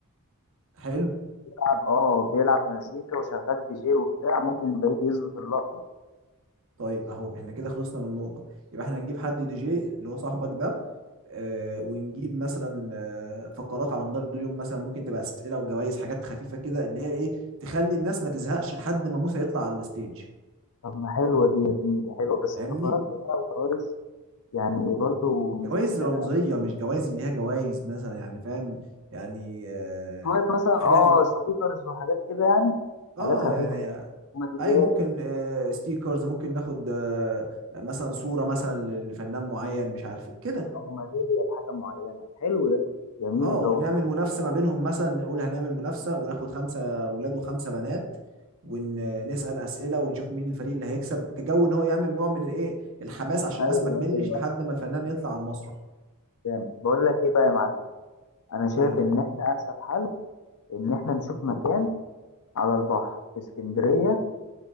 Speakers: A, on the right; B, on the left.
A: حلو
B: بيلعب اه بيلعب مزيكا وشغال دي جي وبتاع ممكن يبقى يجي يظبط اللقطه
A: طيب اهو احنا كده خلصنا من نقطة يبقى احنا هنجيب حد دي جي اللي هو صاحبك ده آه ونجيب مثلا آه فقرات على مدار اليوم مثلا ممكن تبقى اسئلة وجوائز حاجات خفيفة كده اللي هي ايه تخلي الناس ما تزهقش لحد ما موسى يطلع على الستيج
B: طب ما حلوه دي يا زميلي حلوه بس
A: فاهمني
B: فقرات بقى وجوائز يعني برضو مش
A: جوائز
B: محتاجه
A: رمزية مش جوائز اللي هي جوائز مثلا يعني فاهم يعني آه
B: شويه مثلا
A: حاجة
B: اه
A: تبقى
B: سبيكرز وحاجات كده يعني
A: اه
B: حاجات خفيفه
A: يعني
B: وميداليات
A: ايوه ممكن آه، ستيكرز ممكن ناخد آه، مثلا صورة مثلا ل- لفنان معين مش عارف إيه. كده
B: او ماليزيا لحاجه معينه حلو ده جميل
A: اه
B: ده والله
A: نعمل منافسة ما بينهم مثلا نقول هنعمل منافسة وناخد خمسة اولاد وخمسة بنات ونسأل أسئلة ونشوف مين الفريق اللي هيكسب كجو ان هو يعمل نوع من الايه الحماس عشان
B: ايوه
A: الناس ما تملش
B: ايوه
A: لحد ما الفنان يطلع على المسرح
B: جامد بقول لك ايه بقى يا معلم انا شايف
A: قول لي
B: ان احنا انسب حل ان احنا نشوف مكان على البحر في اسكندريه